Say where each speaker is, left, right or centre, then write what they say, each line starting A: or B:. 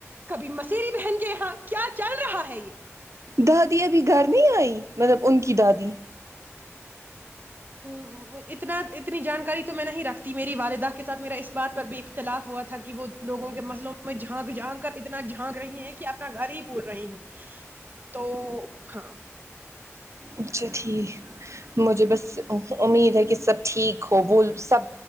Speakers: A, on the right (about 40°); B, on the right (about 75°).
A: کبھی موسیری بہن کے یہاں کیا چل رہا ہے یہ
B: دادی ابھی گھر نہیں آئی مطلب ان کی دادی
A: و وہ اتنا اتنی جانکاری تو میں نہیں رکھتی میری والدہ کے ساتھ میرا اس بات پر بھی اختلاف ہوا تھا کہ وہ لوگوں کے مسلوں میں جھانک جھانک کر اتنا جھانک رہی ہے کہ اپنا گھر ہی بھول رہی ہیں تو ہاں
B: اچھا ٹھیک مجھے بس ا امید ہے کہ سب ٹھیک ہو وہ سب